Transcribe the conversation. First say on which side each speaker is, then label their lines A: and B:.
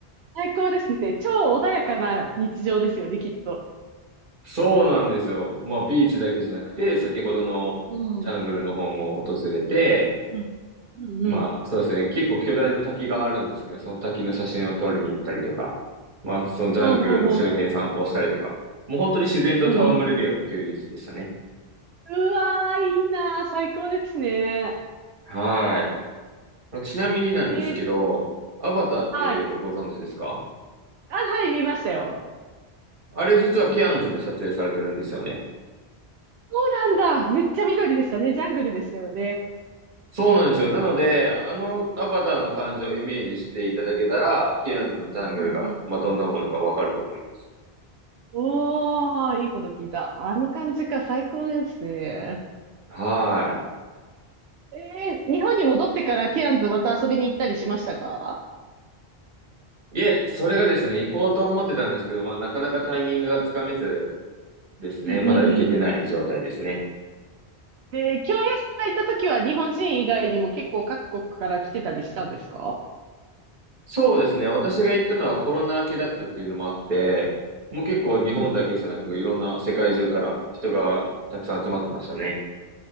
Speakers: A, on the right; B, on the right.
A: 最高ですね。超穏やかな日常ですよね、きっと。
B: そうなんですよ。まあ、ビーチだけじゃなくて、先ほどのジャングルの方も訪れて、
A: うん。うんうんうん。
B: まあ、そうですね。結構巨大な滝があるんですけど、その滝の写真を撮りに行ったりとか、まあ、そのジャングルの周辺散歩したりとか、
A: ほうほうほうほ
B: もう本当に自然と戯れるような休日でしたね。
A: う。うんうん。うわー、いいなー、最高ですね。
B: はい。ちなみになんですけど、
A: えー
B: アバターっていう映画ご存知ですか
A: はい。あ、はい、見ましたよ。
B: あれ実はケアンズで撮影されてるんですよね。
A: そうなんだ。めっちゃ緑でしたね。ジャングルでしたよね。
B: そうなんですよ。なので、あのアバターの感じをイメージしていただけたら、キアンズのジャングルが、
A: うんうん。
B: まあ、どんなものかわかると思います。
A: おー、いいこと聞いた。あの感じか、最高ですね。
B: は
A: えー、日本に戻ってからケアンズまた遊びに行ったりしましたか
B: い。いえ、それがですね、行こうと思ってたんですけど、まあ、なかなかタイミングがつかめず
A: う
B: ですね、
A: ん、うん、
B: まだ行けてない状態ですね。
A: うん、うん。で、京平さんがいた時は日本人以外にも結構各国から来てたりしたんですか
B: そうですね、私が行ったのはコロナ明けだったっていうのもあって、もう結構日本だけじゃなく、
A: うんうん。
B: いろんな世界中から人がたくさん集まってましたね。